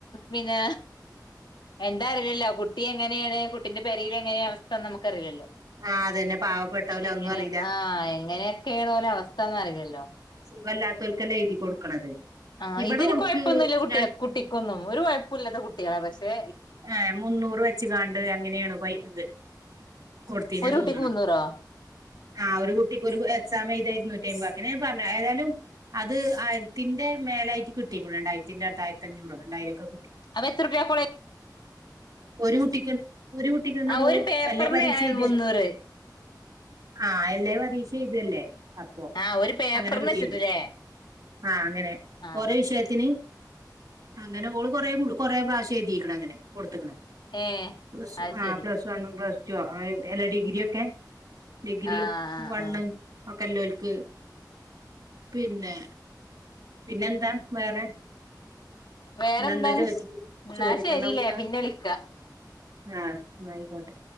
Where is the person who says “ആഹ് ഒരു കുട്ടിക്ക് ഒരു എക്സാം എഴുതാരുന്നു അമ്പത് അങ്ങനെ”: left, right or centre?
Right